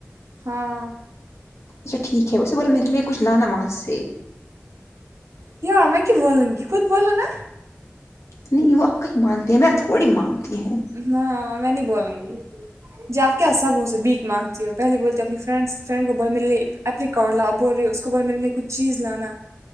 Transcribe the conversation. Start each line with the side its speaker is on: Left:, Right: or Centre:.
Right: ہاں
Left: اچھا ٹھیک ہے اسے بولو میرے لیے کچھ لانا وہاں سے
Right: یہاں میں کیوں بولوں گی خود بولو نہ
Left: نہیں وہ آپ کا ہی مانتی ہے میرا تھوڑی مانتی ہے
Right: نہ میں نہیں بولوں گی جاکے آپ سب سے بھیک مانگتی ہو پہلی بولتے اپنی فرینڈ سے فرینڈ کو بول میرے لیے اپپلیکاڑ لاو اب بول رہی ہو اس کو بولو میرے لیے کچھ چیز لانا